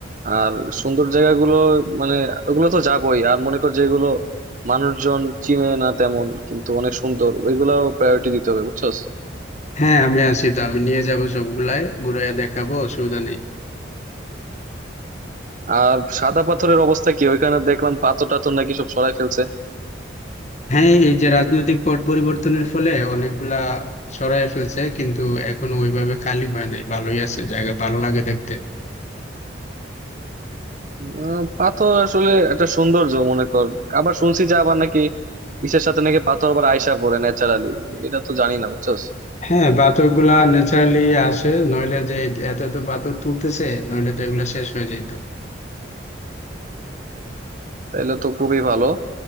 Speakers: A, on the right (about 45°); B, on the left (about 35°).
A: আর সুন্দর জায়গাগুলো মানে ওগুলো তো যাবোই আর মনে কর যেগুলো মানুষজন চিনে না তেমন কিন্তু অনেক সুন্দর ওইগুলাও প্রায়োরিটি দিতে হবে বুঝছস
B: হ্যাঁ আমি আছি তো আমি নিয়ে যাব সবগুলাই ঘুরাইয়া দেখাবো অসুবিধা নেই
A: আর সাদা পাথরের অবস্থা কি ওইখানে দেখলাম পাথর টাথর নাকি সব সরাই ফেলছে
B: হ্যাঁ এই যে রাজনৈতিক পট পরিবর্তনের ফলে অনেকগুলা সরায় ফেলছে কিন্তু এখন ওইভাবে খালি হয় নাই ভালোই আছে জায়গা ভালো লাগে দেখতে
A: উম, পাথর আসলে একটা সৌন্দর্য মনে কর আবার শুনছি যে আবার নাকি ইসের সাথে নাকি পাথর আবার আইসা পড়ে ন্যাচারালি এটা তো জানি না বুঝছস
B: হ্যাঁ পাথর গুলা ন্যাচারালি আসে নইলে যে এত এত পাথর তুলতেছে নইলে তো এগুলো শেষ হয়ে যেত
A: তাইলে তো খুবই ভালো